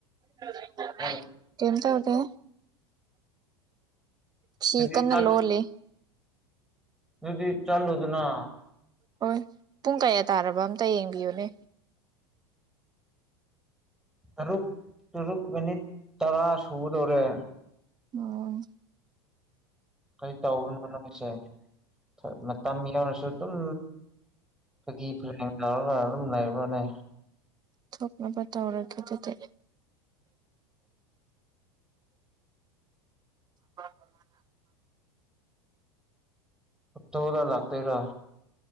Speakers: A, on the right; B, in the centre.
A: <unintelligible>
B: ꯌꯥꯝ
A: ꯀꯩꯝ ꯇꯧꯗꯦ ꯐꯤ
B: ꯑꯗꯨꯗꯤ
A: ꯀꯟꯅ
B: ꯆꯠꯂꯨ
A: ꯂꯣꯜꯂꯤ
B: ꯑꯗꯨꯗꯤ ꯆꯠꯂꯣꯗꯅ
A: ꯍꯣꯏ ꯄꯨꯡ ꯀꯌꯥ ꯇꯥꯔꯕ ꯑꯝꯇ ꯌꯦꯡꯕꯤꯌꯨꯅꯦ
B: ꯇꯔꯨꯛ ꯇꯔꯨꯛ ꯃꯤꯅꯤꯠ ꯇꯔꯥ ꯁꯨꯗꯣꯔꯦ
A: ꯑꯣ
B: ꯀꯩ ꯇꯧꯕꯅꯣ ꯅꯣꯏꯁꯦ ꯊ ꯃꯇꯝ ꯌꯧꯔꯁꯨ ꯑꯗꯨꯝ ꯈꯣꯏꯒꯤ <unintelligible> ꯑꯗꯨꯝ ꯂꯩ꯭ꯔꯣꯅꯦ
A: ꯊꯣꯛꯅꯕ ꯇꯧꯔꯒꯦ ꯗꯨꯗꯤ <inaudible>
B: ꯑꯣꯠꯇꯣꯗ ꯂꯥꯛꯇꯨꯏꯔ